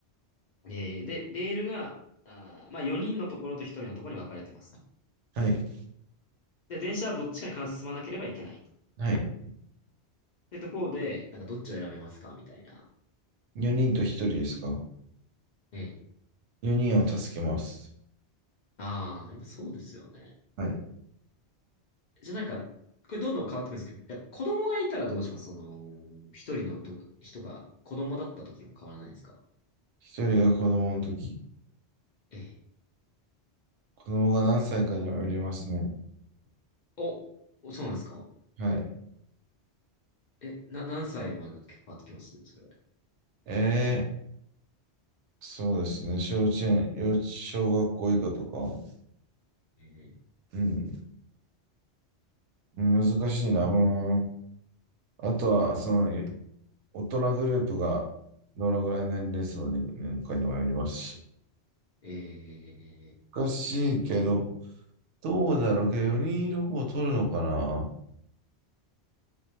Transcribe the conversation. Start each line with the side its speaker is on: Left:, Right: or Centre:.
Left: えーで、レールが、あーまあ、4人のところと1人のところに分かれてますと。
Right: はい。
Left: で、電車はどっちかに必ず進まなければいけないと。
Right: はい。
Left: で、ところで、なんかどっちを選べますかみたいな。
Right: 4人と1人ですか
Left: ええ。
Right: ?4 人を助けます。
Left: ああ、やっぱそうですよね。
Right: はい。
Left: じゃあなんか、これどんどん変わってくるんですけど、いや子供がいたらどうしますその、一人のと人が子供だった時も変わらないですか
Right: 1人が子供の時。
Left: ええ。
Right: 子供が何歳かにもよりますね。
Left: お、おそうなんですか
Right: はい。
Left: え、な、何歳までだと結構変わってきますそれ。
Right: えー、そうですね。小稚園、幼稚、小学校以下とか。
Left: ええ。
Right: うん。難しいな。もうあとは、その、大人グループがどのぐらい年齢層に年間にもよりますし。
Left: ええ。
Right: 難しいけど、どうだろうけど、4人いる方を取るのかな